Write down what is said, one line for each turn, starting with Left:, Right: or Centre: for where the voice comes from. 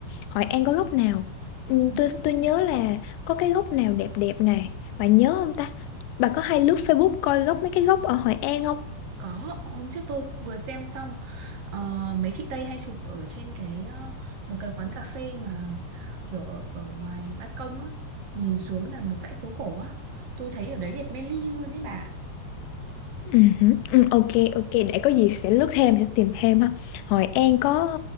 Left: Hội An có góc nào? Ừ,
Right: ừ.
Left: tôi tôi nhớ là có cái góc nào đẹp đẹp này. Bà nhớ không ta? Bà có hay lướt Facebook coi góc mấy cái góc ở Hội An không?
Right: có hôm trước tôi vừa xem xong ờ, mấy chị Tây hay chụp ở trên cái ờ, một cái quán cà phê mà kiểu ở ở ngoài ban công á nhìn xuống là một dãy phố cổ á tôi thấy ở đấy đẹp mê ly luôn ấy bà
Left: Ừ, hử, ừ, ok ok để có gì sẽ lướt thêm sẽ tìm thêm ha. Hội An có